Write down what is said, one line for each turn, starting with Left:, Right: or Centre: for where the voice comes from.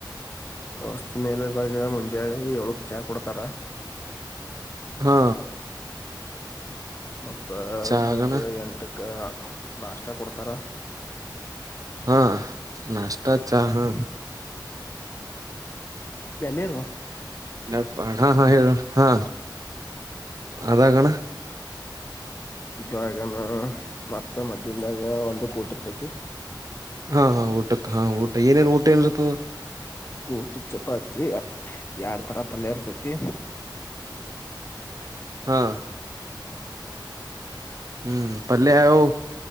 Left: ವಸ್ತಿನ ಎಲ್ಲದಾಗ ಮುಂಜಳೆ ಏಳಕ್ ಚಾ ಕೊಡ್ತಾರ
Right: ಹಾ
Left: ಮತ್ತ
Right: ಚಾ
Left: ಮುಂಜೆ
Right: ಆಗಣ
Left: ಎಂಟಕ್ಕ ನಾಷ್ಟ ಕೊಡ್ತಾರ
Right: ಹಾ ನಾಷ್ಟ ಚಾ ಹಾ
Left: ಎಲ್ಲಿರು
Right: ನಪ ಹಾ
Left: ಹ್ಮ್
Right: ಹಾ ಹೇಳ ಹಾ ಅದಾಗಣ
Left: ಡ್ರ್ಯಾಗನಾ ಮತ್ತ ಮಧ್ಯ್ದನ್ದಾಗ ಒಂದು ಕೊತಿರ್ತತಿ,
Right: ಹಾ ಹಾ ಊಟಕ್ಕ ಹಾ ಉಟ್, ಏನೇನ್ ಊಟ ಇರ್ತದ.
Left: ಉಟುಕ್ ಚಪತಿ ಯಡ್ ತರ ಪಲ್ಯ ಇರ್ತತಿ.
Right: ಹಂ. ಹ್ಮ್ ಪಲ್ಯವು,